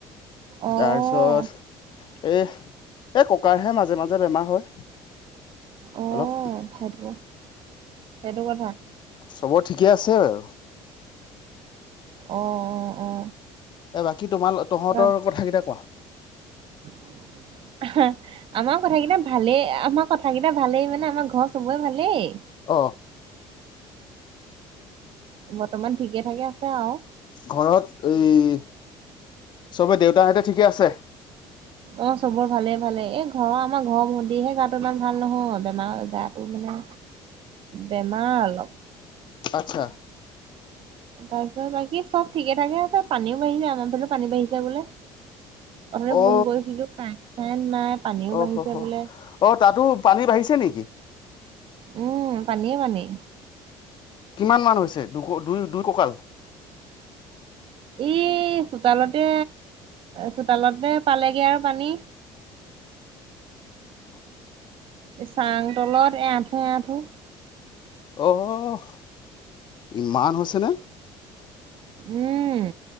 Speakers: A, on the right (about 55°); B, on the left (about 45°).
A: অ',
B: তাৰপিছত- এ' এই ককাৰহে মাজে, মাজে বেমাৰ হয়।
A: আহ
B: অলপ
A: সেইটো সেইটো কথা
B: চব ঠিকে আছে আৰু।
A: অ', অ', অ',
B: এ বাকী তোমাল তহঁতৰ
A: বা
B: কথাকেইটা কোৱা?
A: আমাৰ কথা কেইটা ভালেই আমাৰ কথাকেইটা ভালেই মানে আমাৰ ঘৰ সবৰে ভালেই।
B: অ
A: বৰ্তমান ঠিকে থাকে আছে আও।
B: ঘৰত এই চবে দেউতাহঁতে ঠিকে আছে?
A: অ চবৰ ভালেই ভালেই এই ঘৰৰ আমাৰ ঘৰ ভন্টিহে গাটো ইমান ভাল নহয় বেমাৰ গাটো মানে বেমাৰ অলপ।
B: আচ্ছা।
A: তাৰপিছত বাকী চব ঠিকে থাকে আছে পানীও বাঢ়িছে। আমাৰ ফালেও পানী বাঢ়িছে বোলে? ওথনি
B: অ
A: ফোন কৰিছিলো কাইন চাইন নাই পানীও
B: অ
A: বাঢ়িছে
B: হ হ
A: বোলে,
B: অ তাতো পানী বাঢ়িছে নেকি
A: উম পানীয়ে পানী।
B: কিমান মান হৈছে দুই দুই কঁকাল?
A: ই চোতালতে চোতালতে পালেগে আও পানী। চাং তলত এআঁঠু আঠু।
B: আহ ইমান হৈছে নে?
A: উম